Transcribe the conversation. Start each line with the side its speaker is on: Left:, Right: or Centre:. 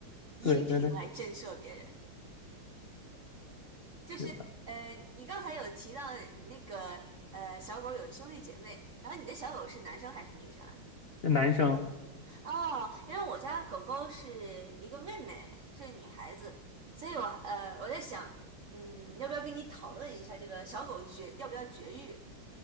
Right: 音频来震慑别人。
Left: 对对对，
Right: 就是呃，
Left: 是的，
Right: 你刚才有提到你那个呃小狗有兄弟姐妹，然后你的小狗是男生还是女生啊？
Left: 男生，
Right: 哦，因为我家狗狗是一个妹妹，是个女孩子，所以我呃我在想，嗯，要不要跟你讨论一下这个小狗绝要不要绝育？